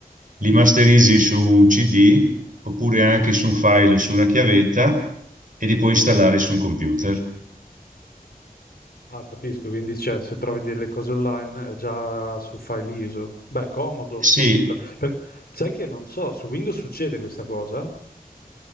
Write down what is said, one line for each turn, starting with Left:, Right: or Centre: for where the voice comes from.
Right: li masterizzi su un CD oppure anche su un file su una chiavetta e li puoi installare su un computer.
Left: Ah, capisco, quindi cioè, se trovi delle cose online è già su file ISO. Beh, comodo.
Right: Sì,
Left: Cioè, per- Sai che non so, su Windows succede questa cosa?